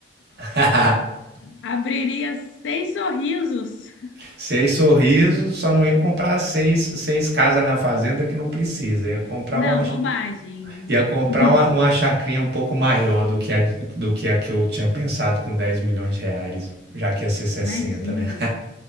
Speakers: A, on the right; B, on the left.
A: <laughs>
B: abriria seis sorrisos.
A: Seis sorrisos, só não ia comprar seis, seis casas na fazenda que não precisa. Ia comprar
B: Não,
A: uma,
B: bobagem.
A: ia comprar
B: <laughs>
A: uma, uma chacrinha um pouco maior do que, a, do que a que eu tinha pensado com 10 milhões de reais, já que ia ser sessenta,
B: Imagino.
A: né?